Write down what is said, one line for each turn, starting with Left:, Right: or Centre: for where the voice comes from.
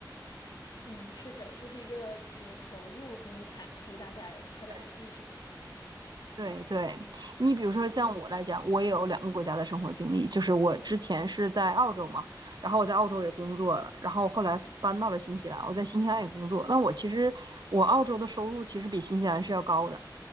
Left: 嗯，是的，就是一个你的投入和你产出大概它的比例是怎样的？
Right: 对。对对，你比如说像我来讲，
Left: 对，
Right: 我也有两个国家的生活经历，就是我之前是在澳洲嘛，然后我在澳洲也工作了，然后后来搬到了新西兰，我在新西兰也工作。那我其实我澳洲的收入其实比新西兰是要高的，